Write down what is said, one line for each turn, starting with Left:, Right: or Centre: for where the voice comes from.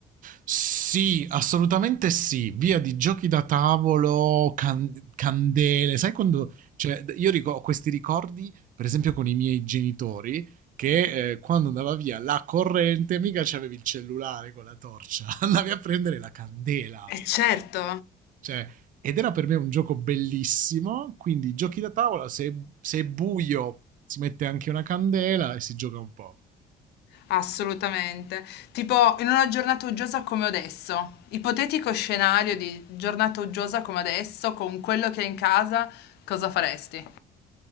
Right: Sì, assolutamente sì. Via di giochi da tavolo, can- candele. Sai quando... Cioè, io ric- ho questi ricordi, per esempio, con i miei genitori, che eh, quando andava via la corrente, mica c'avevi il cellulare con la torcia, <laughs> andavi a prendere la candela.
Left: E certo,
Right: Cioè, ed era per me un gioco bellissimo, quindi giochi da tavola, se, se è buio si mette anche una candela e si gioca un po'.
Left: assolutamente. Tipo, in una giornata uggiosa come adesso, ipotetico scenario di giornata uggiosa come adesso, con quello che hai in casa, cosa faresti?